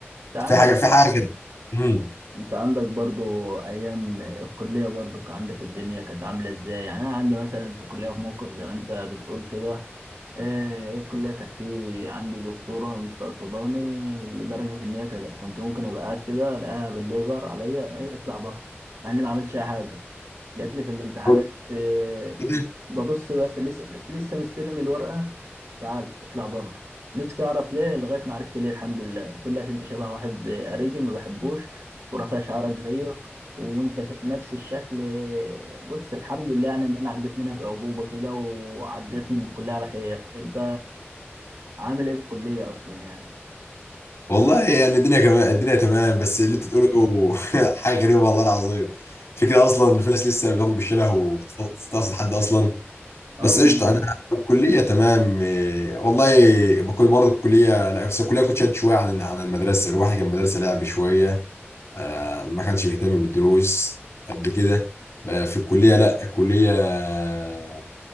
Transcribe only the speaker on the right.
أنت عندك
أنت عندك برضه أيام الكلية برضه كان عندك الدنيا كانت عاملة إزاي يعني أنا عندي مثلا في الكلية في موقف زي ما أنت بتقول كده آه، الكلية كانت في عندي دكتورة مستقصداني لدرجة إن هي كانت- كنت ممكن أبقى قاعد كده ألاقيها بالليزر عليا إيه، اطلع بره مع إني ما عملتش أي حاجة جات لي في الامتحانات
آه،
ببص بس لسه لسه مستلم الورقة تعال اطلع بره نفسي اعرف ليه لغاية ما عرفت ليه الحمد لله قلت له عشان انت شبه واحد قريبي ما بحبوش ورافع شعرك زيه وانت ش- نفس الشكل بص الحمد لله يعني ان انا عديت منها بأعجوبة كده وعديت من الكلية على خير انت عامل ايه في الكلية اصلا يعني
اه
والله